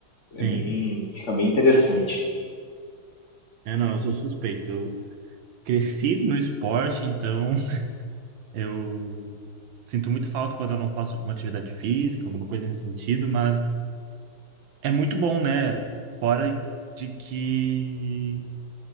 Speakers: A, on the right; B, on the left.
A: Sim.
B: é bem, fica bem interessante.
A: É, não, eu sou suspeito. Eu cresci no esporte, então <laughs> eu sinto muito falta quando eu não faço alguma atividade física, alguma coisa nesse sentido, mas é muito bom, né? Fora de que